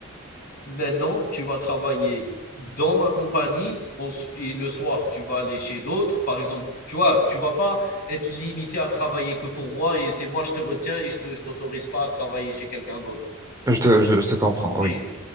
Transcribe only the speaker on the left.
maintenant, tu vas travailler dans ma compagnie on s- et le soir, tu vas aller chez d'autres. Par exemple, tu vois, tu vas pas être limité à travailler que pour moi et c'est moi, je te retiens et je te- je t'autorise pas à travailler chez quelqu'un d'autre.
OK.